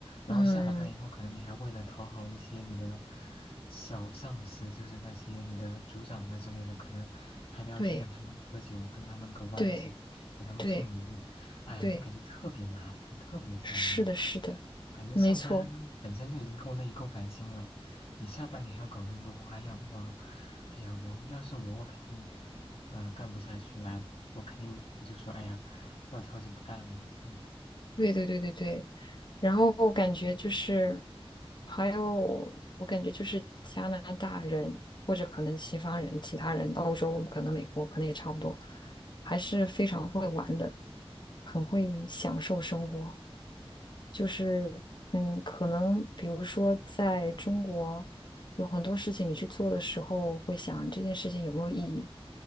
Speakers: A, on the left; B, on the left.
A: 然后下了班以后，
B: 嗯，
A: 可能你还为了讨好一些你的小上司，就是那些你的组长啊之类的，可能还得要去跟他们喝酒，
B: 对
A: 跟他们搞关系，
B: 对
A: 给他们送礼物，
B: 对
A: 哎呀，
B: 对。
A: 就感觉特别麻烦，特别烦人。
B: 是的，是的，
A: 感觉上班本身就已经够累、
B: 没错，
A: 够烦心了，你下班你还要搞那么多花样，我，哎呀，我要是我，我肯定，呃，干不下去，哎，我肯定就说，哎呀，撂挑子不干了，嗯
B: 对对对对对。然后我感觉就是，还有我感觉就是加拿大人或者可能西方人、其他人，欧洲可能美国可能也差不多，还是非常会玩的，很会享受生活。
A: 嗯。
B: 就是嗯，可能比如说在中国。有很多事情你去做的时候，会想这件事情有没有意义。